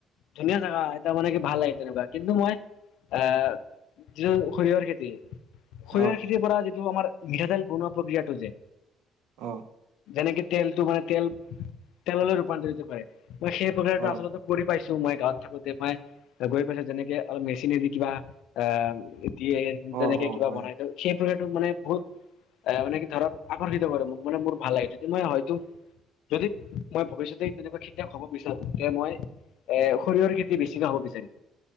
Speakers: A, on the left (about 80°); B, on the right (about 85°).
A: ধুনীয়া জাগা এটা মানে কি ভাল লাগে তেনেকুৱা। কিন্তু মই এ যিটো সৰিয়হৰ খেতি। শৰিয়হৰ
B: অ
A: খেতিৰ পৰা যিটো আমাৰ মিঠাতেল বনোৱা প্ৰক্ৰিয়াটো যে।
B: আহ।
A: যেনেকে তেলটো মানে তেল তেললৈ ৰূপান্তৰিত কৰে মই সেই প্ৰক্ৰিয়াটো
B: অ
A: আচলতে কৰি পাইছো। মই গাঁৱত থাকোতে মই গৈ পাইছো যেনেকে অলপ মেচিনেদি কিবা অ। দিয়ে
B: অ
A: তেনেকে
B: অ
A: কিবা
B: হয়
A: বনাই সেই। মানে বহুত এ মানে কি ধৰক আকৰ্ষিত কৰে মোক মানে মোৰ ভাল লাগে যদি মই হয়তো। যদি মই ভৱিষ্যতেই তেনেকুৱা খেতিয়ক হ'ব, বিচাৰো তে মই এ সৰিয়হৰ খেতি বেছৈ হ'ব বিচাৰিম।